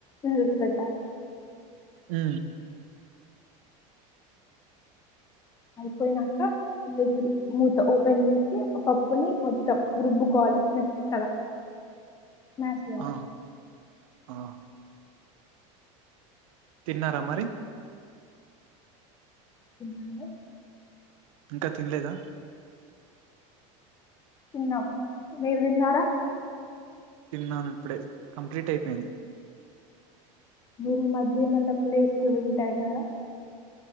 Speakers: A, on the left (about 20°); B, on the right (about 80°).
A: విజిల్లు పెట్టాలి
B: హు
A: అయిపోయినాక విజిల్ మూత ఓపెన్ చేసి ఆ పప్పుని మొత్తం రుబ్బుకోవాలే మెత్తగా స్మాష్ చేయాలి
B: ఆ ఆ తిన్నారా మరి
A: తిన్లే
B: ఇంకా తిన్లేదా
A: తిన్నాం మీరు తిన్నారా
B: తిన్నాను ఇప్పుడే కంప్లీట్ అయిపెంది
A: మీరు ఈ మధ్య ఏమన్నా ప్లేస్కి విజిట్ అయినారా